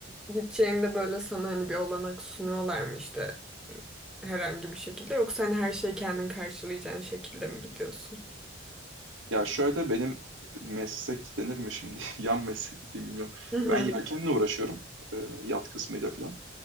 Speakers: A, in the centre; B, on the right.
A: gideceğinde böyle sana hani bir olanak sunuyorlar mı işte herhangi bir şekilde yoksa hani her şeyi kendin karşılayacağın şekilde mi gidiyorsun?
B: Ya şöyle benim meslek denir mi şimdi? <laughs> Yan meslek mi diyeyim bilmiyorum.
A: Hı hı,
B: Ben yelkenle uğraşıyorum. e, yat kısmıyla falan.